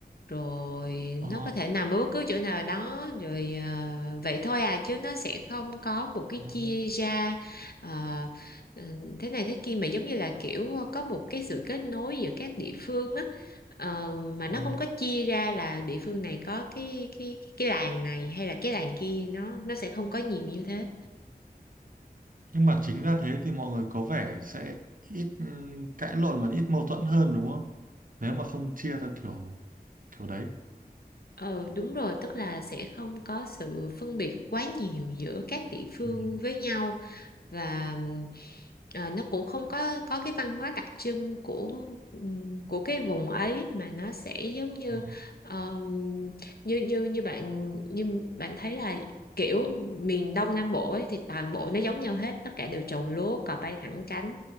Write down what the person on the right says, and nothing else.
ờ,
ờ,
ờ.
Nhưng mà chính ra thế thì mọi người có vẻ sẽ ít ừm, cãi lộn và ít mâu thuẫn hơn đúng không? Nếu mà không chia theo kiểu kiểu đấy.
Ừ.
Ờ,